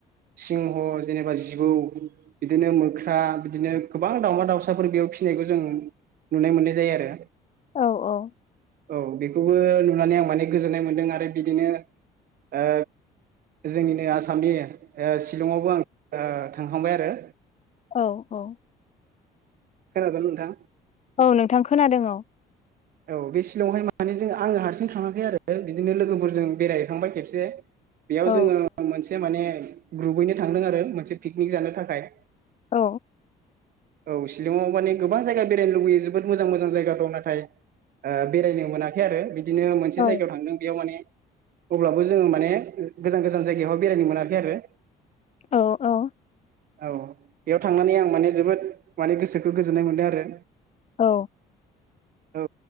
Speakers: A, on the right (about 60°); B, on the left (about 40°).
A: सिंह जेनेबा जिबौ बिदिनो मोख्रा बिदिनो गोबां दावमा दाउसाफोर बेयाव फिनायखौ जों नुनाय मोननाय जायो आरो।
B: औ औ।
A: औ बेखौबो नुनानै आं माने गोजोननाय मोन्दों आरो बिदिनो ओ जोंनिनो आसामनि ओ शिलंआवबो ओ थांखांबाय आरो।
B: औ औ।
A: खोनादोंना नोंथां।
B: औ नोंथां खोनादों औ।
A: औ बे शलंआवहाय माने जों आङो हारसिं थाङाखै आरो बिदिनो लोगोफोरजों बेरायहैखांबाय खेबस से बेयाव
B: औ
A: जोङो मोनसे माने ग्रुपबैनो थांदों आरो मोनसे पिकनिक जानो थाखाय।
B: औ।
A: औ शिलंआव माने गोबां जायगा बेरायनो लुबैयो जोबोद मोजां मोजां जायगा दं नाथाय ओ बेरायनो मोनाखै आरो बिदिनो मोनसे
B: औ
A: जायगायाव थांदों बेयाव माने अब्लाबो जोङो माने गोजान गोजान जायगायावहाय बेरायनो मोनाखै आरो
B: औ औ।
A: औ बेयाव थांनानै आं माने जोबोद माने गोसोखौ गोजोननाय मोनदों आरो।
B: औ।
A: औ